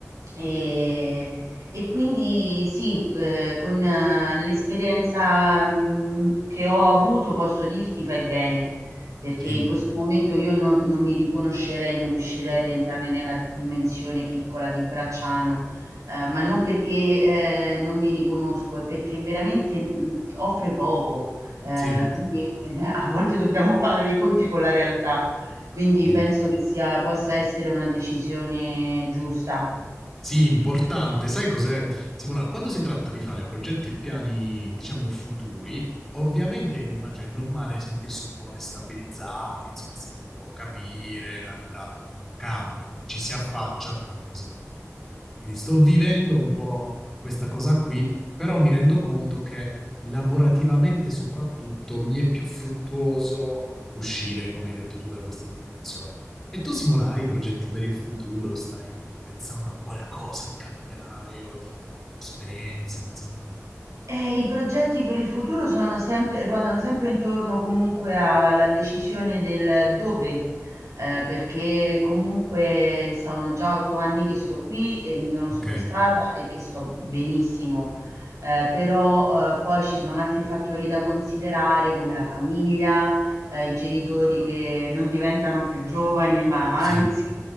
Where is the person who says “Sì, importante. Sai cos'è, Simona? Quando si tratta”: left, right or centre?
Centre